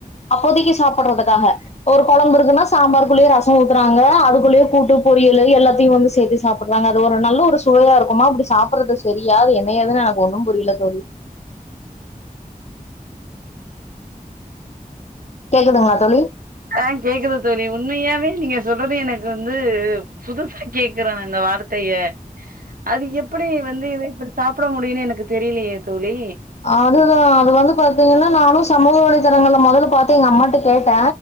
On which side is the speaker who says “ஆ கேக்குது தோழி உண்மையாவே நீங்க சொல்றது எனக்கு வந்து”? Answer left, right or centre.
Right